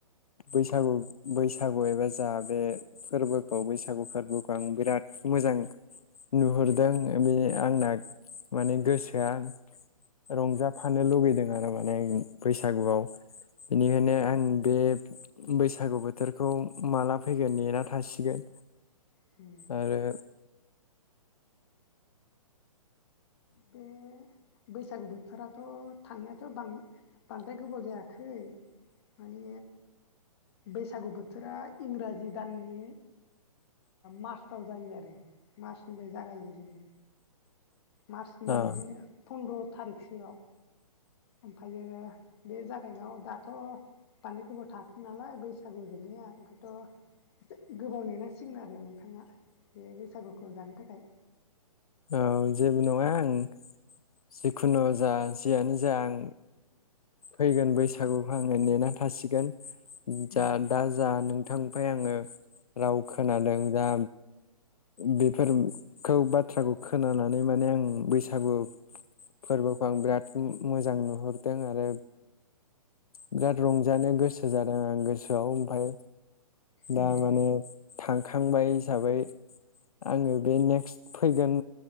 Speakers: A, on the left; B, on the left.
A: बैसागु बैसागु एबा जा बे फोरबोखौ बैसागु फोरबोखौ आं बिराद मोजां नुहुरदों बे आंना माने गोसोआ रंजाफानो लुुबैदों आरो मा नै बैसागुआव बेनिखायनो
B: औ
A: आं बे बैसागु बोथोरखौ माला फैगोन नेना थासिगोन।
B: उम
A: आरो
B: बे बैसागु बोथोराथ थांनायाथ बांद्राय गोबाव जायाखै। माने बैसागु बोथोरा इंराजि दाननि मार्चआव जायो आरो मार्चनिफ्राय जागाय जेनो। मार्चनि
A: ओ
B: बिदिनो फन्द्र थारिखसोआव ओमफ्रायो बे जागायनायाव दाथ बान्दो गोबाव थायाखै नालाय बैसागु जोबनाया ओंखायथ एसे गोबाव नेनांसिगोन आरो नोंथाङा बे बैसागुखौ जानो थाखाय
A: औ जेबो नङा आं जिखुनु जा जियानो जा आं फैगोन बैसागुखौ आङो नेना थासिगोन। जा
B: उम
A: दा जा नों बिथांनिफ्राय आङो राव खोनादों दा बेफोरखौ बा थ्राखौ खोनानानै माने आं बैसागु फोरबोखौ आं बिराद मोजां नुहुर दों आरो बिराद रंजानो गोसो जादों आं। गोसोआव ओमफाय दा
B: उम
A: माने थां खांबाय हिसाबै आङो बे नेक्स्ट फैगोन